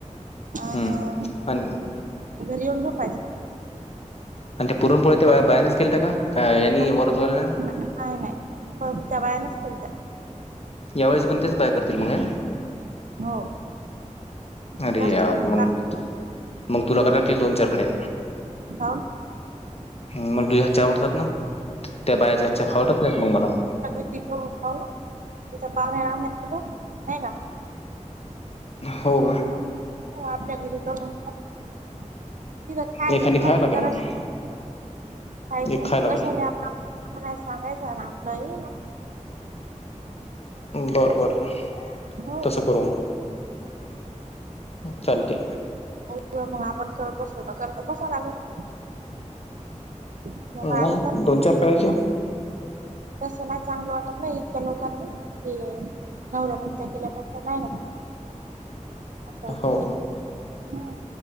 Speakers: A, on the right; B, on the left.
A: अ
B: हम्म आणि
A: घरी येऊन झोपायच.
B: आणि ते पुरण पुढे ते बाहेनच गेलत का यांनी
A: हो
B: वरत वला.
A: नाही नाही त्या वयानच केल त्या
B: यावेळेस पण तेच बाय करतील मग या.
A: हो.
B: अरे
A: त्याच
B: या
A: ठेवला कारण
B: मग मग तुला कील दोन चारकडे.
A: ह.
B: मग तुझ्या हातच्या आवडतात ना त्या बायाच्या हातच्यावडत नाही मग मला.
A: पिकव खाऊ ना तिथं पाहुणेणारहत कुठं नाही का.
B: होव.
A: हो आपल्या घरी का. तिथं खायचं
B: एखादी
A: खायचं
B: खायला लागेल
A: जरा
B: मग
A: खायच
B: एक खायला
A: कशाला आप नाही सांगायचं ना आपलं ह नाही.
B: बर बर.
A: हो
B: तस करू मग चालते.
A: अ मग आपण करत बसलो तर करत बसाव लागेल. तेव्हा
B: नाही
A: आहे.
B: दोन चार करायच्या
A: तस नाही चांगलं वाटत नाही इतक्या लोकात नाही ते. नवऱ्या पतत्या केल्या फक्त नाही ना असं होत.
B: हो
A: हम